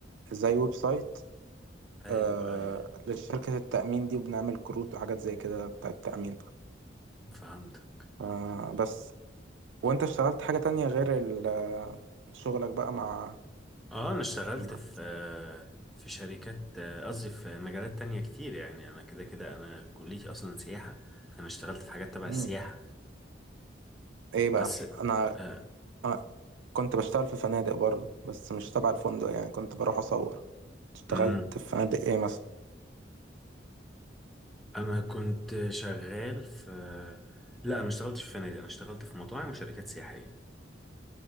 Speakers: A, on the right (about 85°); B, in the centre.
A: زي ويب سايت
B: ايوه
A: آه
B: ايوه
A: لشركة التأمين دي وبنعمل كروت وحاجات زي كده بتاع التأمين
B: فهمتك
A: آه بس وانت اشتغلت حاجة تانية غير ال- آه، شغلك بقى مع
B: اه انا اشتغلت
A: يعني مع
B: في آه، في شركات آه، قصدي في مجالات تانية كتير يعني انا كده كده انا كليتي اصلا سياحة فانا اشتغلت في حاجات تبع
A: مم.
B: السياحة
A: ايه
B: بس
A: بقى انا
B: آه
A: آه كنت بشتغل في فنادق برضو بس مش تبع الفندق يعني كنت بروح اصور اشتغلت
B: امم
A: في فنادق ايه مثلا
B: انا كنت شغال في لا انا ما اشتغلتش في فنادق انا اشتغلت في مطاعم وشركات سياحية